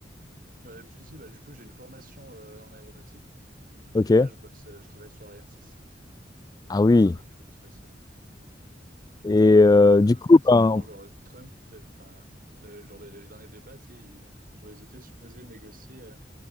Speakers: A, on the right; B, on the left.
A: Ouais, puis si, bah, du coup, j'ai une formation euh, en aéronautique.
B: Ok.
A: Et là, je bosse, euh, je travaille sur Ariane 6.
B: Ah
A: Donc,
B: oui.
A: je fais, je fais du spatial. là.
B: Et euh,
A: Et euh,
B: du coup,
A: bah, typiquement,
B: ben...
A: genre, Trump, t'as- enfin, t'as- genre, les, les derniers débats, tu sais, ils, genre, ils étaient supposés négocier. euh,